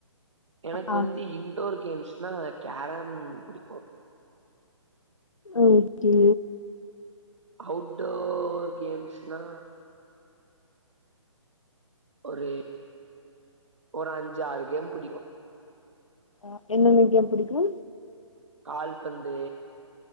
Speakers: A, on the right (about 65°); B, on the left (about 80°).
A: எனக்
B: ஆ
A: வந்து இன்டோர் கேம்ஸ்னா கேரம் புடிக்கு
B: ஓகே
A: அவுட் டோர் கேம்ஸ்னா ஒரு ஒரு அஞ்சாறு கேம் புடிக்கு
B: அ என்னென்ன கேம் புடிக்கு
A: கால்பந்து